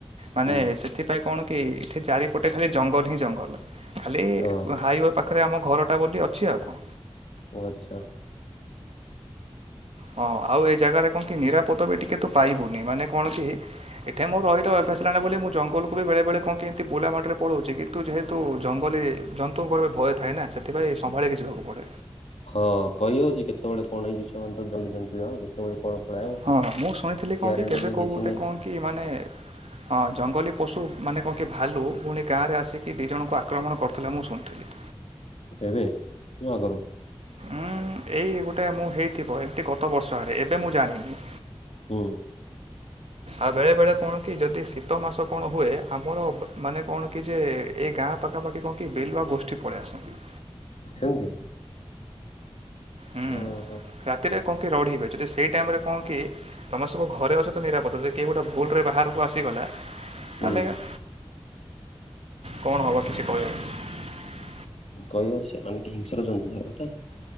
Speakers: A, on the right; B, on the left.
A: ମାନେ
B: ହୁଁ
A: ସେଥିପାଇଁ କଣ? କେ ଏଠି ଚାରି ଗୋଟେ ଖାଲି ଜଙ୍ଗଲ ହିଁ ଜଙ୍ଗଲ ଖାଲି
B: ହଁ
A: ହାଇ ପା ପାଖରେ ଆମ ଘରଟା ବୋଲି ଅଛି ଆଉ। କଣ।
B: ଓ ଆଚ୍ଛା।
A: ହଁ ଆଉ ଏଇ ଜାଗାରେ କଣ କି ନିରାପଦ ବି ଟିକେ ତୁ ପାଇବୁନି, ମାନେ କଣ କି ଏଠି ମୋର ରହିି ରହି ଅଭ୍ୟାସ ହେଲାଣି ବୋଲି ମୁଁ ଜଙ୍ଗଲକୁ ବି ବେଳେ ବେଳେ କଣ କି ଏମତି ବୋଲା ମାଟିରେ ପଳଉଛି, କିନ୍ତୁ ଯେହେତୁ ଜଙ୍ଗଲୀ ଜନ୍ତୁଙ୍କର ଭୟ ଥାଏ ନା ସେ ତେବେ ସମ୍ଭାଳିକି ଯିବାକୁ ପଡେ।
B: ହଁ କହି ହଉଛି କେତେବେଳେ କଣ ହେଇଛି ସେମାନେ ତ ଜଲିଛନ୍ତି ଆ କେତେବେଳେ? କଣ ପଳାଇବ।
A: ହଁ ହଁ ମୁଁ ଶୁଣିଥିଲି କଣ
B: ଗ୍ୟାରେଣ୍ଟି
A: କି କେବେ
B: ନାହିଁ
A: କୋଉ
B: କିଛି
A: ଗୋଟେ
B: ନାହିଁ
A: କଣ କି ମାନେ ହଁ ଜଙ୍ଗଲୀ ପଶୁ ମାନେ କଣ କି ଭାଲୁ ପୁଣି ଗାଁରେ ଆସିକି ଦିଇ ଜଣଙ୍କୁ ଆକ୍ରମଣ କରୁଥିଲେ ମୁଁ ଶୁଣିଥିଲି?
B: ଏବେ ନା ଆଗରୁ?
A: ଉମ ଏଇ ଗୋଟେ ମୁଁ ହେଇଥିବ ଏମିତି ଗତ ବର୍ଷ ଆଡେ ଏବେ ମୁଁ ଜାଣିନି।
B: ହୁଁ।
A: ଆଉ ବେଳେ ବେଳେ କଣ କି ଯଦି ଶୀତ ମାସ କଣ ହୁଏ ଆମର ମାନେ କଣ କି ଯେ ଏଇ ଗାଁ ପାଖାପାଖି କଣ କି ବିଲୁଆ ଗୋଷ୍ଠୀ ପଳେଇ ଆସନ୍ତି।
B: ସେମିତି?
A: ହୁଁ
B: ଓହୋ।
A: ରାତିରେ କଣ କି ରଢିବେ ଯଦି ସେଇ ଟାଇମରେ କନ କି? ତମେ ସବୁ ଘରେ ଅଛ ତ ନିରାପଦ ଯେ କେ ଗୋଟେ ଭୁଲ ରେ ବାହାରକୁ ଆସିଗଲା। ତାହେଲେ
B: ହୁଁ
A: କଣ ହବ କିଛି କହିହବନି।
B: କହାଉଛି ଅନେକ ହିଂସ୍ର ଜନ୍ତୁଲା କଥା।